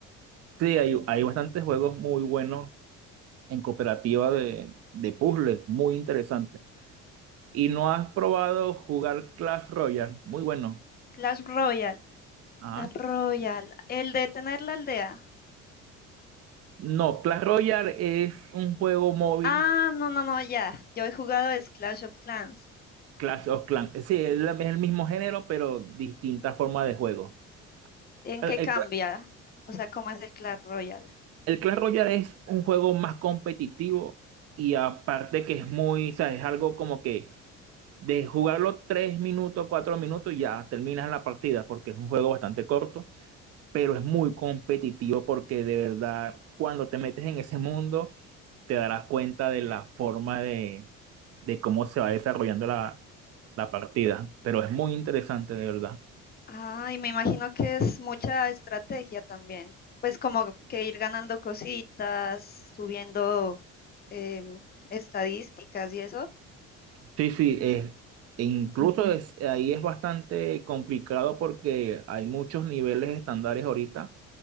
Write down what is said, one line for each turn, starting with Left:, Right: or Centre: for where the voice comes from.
Right: Sí, hay, hay bastantes juegos muy buenos en cooperativa de, de puzzles, muy interesantes. ¿Y no has probado jugar Clash Royale? Muy bueno.
Left: Clash Royale,
Right: Ajá.
Left: Clash Royale, el de tener la aldea.
Right: No, Clash Royale es un juego móvil
Left: Ah, no, no, no, ya. Yo he jugado es Clash of Clans.
Right: Clash of Clans. Sí, es la- es el mismo género, pero distinta forma de juego.
Left: ¿En
Right: El,
Left: qué
Right: el-
Left: cambia? O sea, ¿cómo es el Clash Royale?
Right: el Clash Royale es un juego más competitivo y aparte que es muy, o sea, es algo como que de jugarlo tres minutos, cuatro minutos, ya terminas la partida porque es un juego bastante corto, pero es muy competitivo porque de verdad cuando te metes en ese mundo te darás cuenta de la forma de, de cómo se va desarrollando la, la partida, pero es muy interesante de verdad.
Left: Ah, y me imagino que es mucha estrategia también. Pues como que ir ganando cositas, subiendo em, estadísticas y eso.
Right: Sí, sí, es e incluso es, ahí es bastante complicado porque hay muchos niveles estándares ahorita